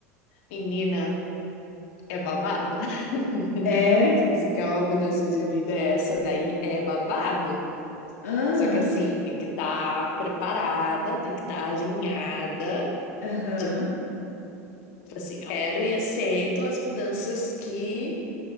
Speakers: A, on the left (about 65°); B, on the left (about 85°).
A: Menina, é babado? <laughs>
B: É.
A: Se você quer uma mudança de vida, essa daí é babado.
B: Aham.
A: Só que assim, tem que estar preparada, tem que estar alinhada.
B: Aham.
A: Tipo assim, eu quero e aceito as mudanças que